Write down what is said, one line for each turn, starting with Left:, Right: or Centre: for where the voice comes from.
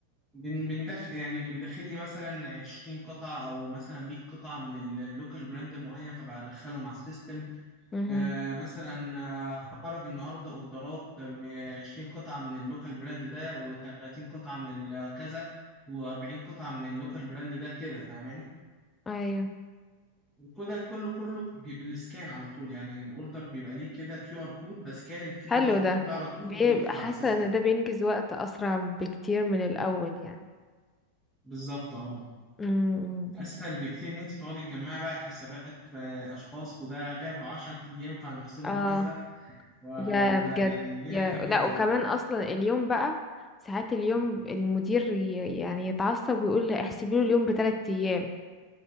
Centre: بن- بندخل يعني بدخل لي مثلا 20 قطعة أو مثلا 100 قطعة من اللوكال براند المعين فبدخلهم على السيستم
Left: مهم.
Centre: آه، مثلا آه، خرج النهارده اوردرات من 20 قطعه من اللوكال براند ده و30 قطعه من ال- كذا و40 قطعه من اللوكال براند ده كده فاهماني
Left: ايوه
Centre: وكده كله كله بي- بالسكان على طول يعني الاوردر بيبقى ليه كده كيو ار كود بسكان الكيو
Left: حلو
Centre: ار كود
Left: ده
Centre: ده على طول
Left: بيبقى
Centre: وبيدخل
Left: حاسه
Centre: على السيستم
Left: ان ده بينجز وقت اسرع بكتير من الاول يعني
Centre: بالظبط اه
Left: امم
Centre: اسهل بكتير ان انت تقعدي تجمعي بقى حسابات آه، اشخاص وده غاب 10 ايام فهنخصم
Left: اه
Centre: له كذا و-
Left: يا
Centre: والم-
Left: بجد
Centre: يعني الليله
Left: يا
Centre: الكبيره
Left: لا وكمان
Centre: دي
Left: اصلا اليوم بقى ساعات اليوم المدير ي- يعني يتعصب ويقول لي احسبي له اليوم بثلاث ايام